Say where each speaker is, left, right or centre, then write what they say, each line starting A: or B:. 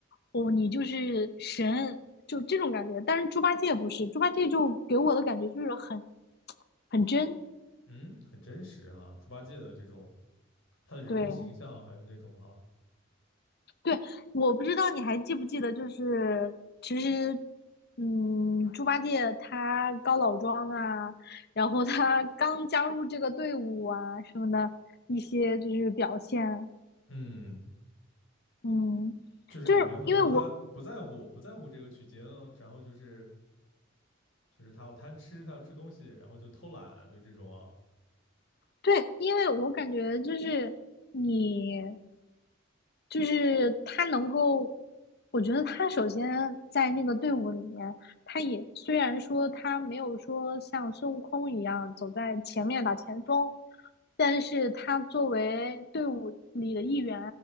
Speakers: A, on the left (about 55°); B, on the left (about 70°).
A: 哦你就是神，就这种感觉。但是猪八戒不是，猪八戒就给我的感觉就是很很真，
B: 嗯，很真实啊，猪八戒的这种他的人物形象还有那种哈，
A: 对。对，我不知道你还记不记得，就是其实，嗯，猪八戒他高老庄啊，然后他刚加入这个队伍啊什么的一些就是表现，
B: 嗯，
A: 嗯，
B: 就是感觉好像他不在乎不在乎这个取经，
A: 就是因为我
B: 然后就是就是他要贪吃，他要吃东西，然后就偷懒，就这种啊，
A: 对，因为我感觉就是你，就是他能够，我觉得他首先在那个队伍里面，他也虽然说他没有说像孙悟空一样走在前面打前锋，但是他作为队伍里的一员，